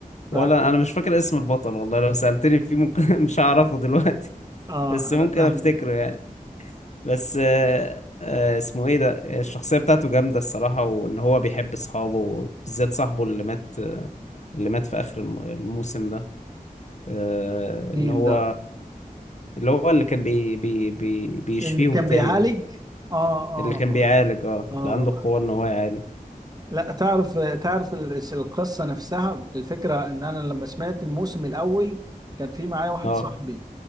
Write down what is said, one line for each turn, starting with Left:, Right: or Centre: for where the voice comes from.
Right: ف
Left: ولا انا مش فاكر اسم البطل والله لو سألتني فيه ممكن <laughs> مش هعرفه دلوقتي
Right: اه
Left: بس ممكن
Right: انا فاهم
Left: افتكره يعني بس آه، آه، اسمه ايه ده الشخصية بتاعته جامدة الصراحة وان هو بيحب اصحابه بالذات صاحبه اللي مات آه، اللي مات في اخر الم- الموسم ده آه،
Right: مين
Left: ان هو
Right: ده
Left: اللي هو اللي كان بي بي بي بيشفيهم
Right: اللي كان
Left: تاني
Right: بيعالج
Left: ده
Right: اه اه
Left: اللي كان بيعالج اه
Right: اه اه
Left: اللي
Right: والله
Left: عنده القوة ان هو يعالج
Right: لا تعرف تعرف ال- القصة نفسها الفكرة ان انا لما سمعت الموسم الاول كان في معايا واحد
Left: اه
Right: صاحبي